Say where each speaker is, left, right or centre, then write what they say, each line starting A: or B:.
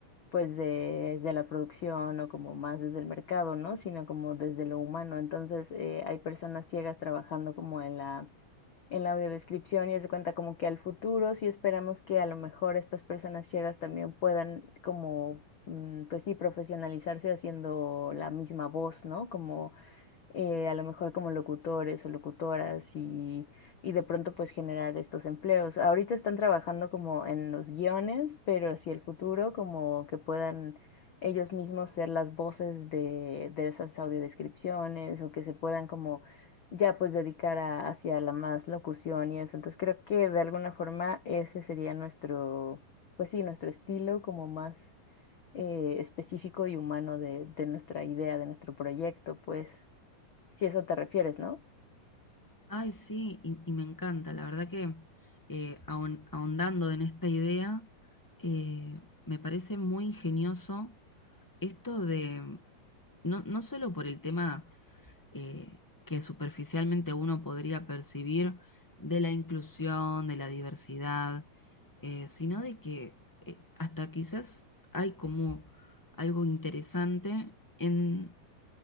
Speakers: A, on the left; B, on the left.
A: pues de, de la producción o como más desde el mercado, ¿no? Sino como desde lo humano. Entonces, eh, hay personas ciegas trabajando como en la en la audiodescripción y haz de cuenta como que al futuro sí esperamos que a lo mejor estas personas ciegas también puedan como, mm, pues sí, profesionalizarse haciendo la misma voz, ¿no? Como eh, a lo mejor como locutores o locutoras y, y de pronto pues generar estos empleos. Ahorita están trabajando como en los guiones, pero hacia el futuro como que puedan ellos mismos ser las voces de, de esas audiodescripciones o que se puedan como ya pues dedicar a- hacia la más locución y eso. Entonces creo que de alguna forma ese sería nuestro, pues sí, nuestro estilo como más eh, específico y humano de, de nuestra idea, de nuestro proyecto, pues si eso te refieres, ¿no?
B: Ay, sí, y, y me encanta, la verdad que eh, ahon- ahondando en esta idea, eh, me parece muy ingenioso esto de, no, no solo por el tema eh, que superficialmente uno podría percibir de la inclusión, de la diversidad, eh, sino de que eh, hasta quizás hay como algo interesante en,